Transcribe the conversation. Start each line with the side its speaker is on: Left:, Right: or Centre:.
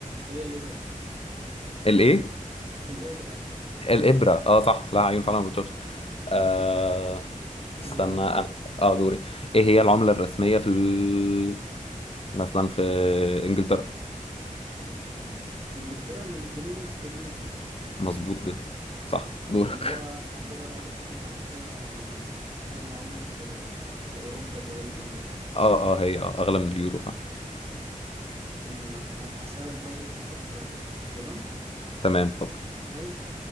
Right: <laughs> هي الإبرة
Left: الايه
Right: الإبرة
Left: الابرة اه صح لها عيون
Right: مم.
Left: فعلا ما بتشوفش أه
Right: <laughs> كده
Left: استنى
Right: دورك
Left: انا
Right: انت
Left: اه دوري ايه هي العملة الرسمية في ال... مثلا في انجلترا
Right: في انجلترا الجنيه الاسترليني
Left: مظبوط جدا صح
Right: اه
Left: دورك
Right: اللي هو يعتبر
Left: <laughs>
Right: أغ- اغلى اغلى اغلى عملة في في اوروبا تقريبا هي
Left: اه اه هي اه اغلى من اليورو فعلا
Right: تمام ه- هسألك بقى ايه اخر سؤال تمام
Left: تمام اتفضل
Right: جايز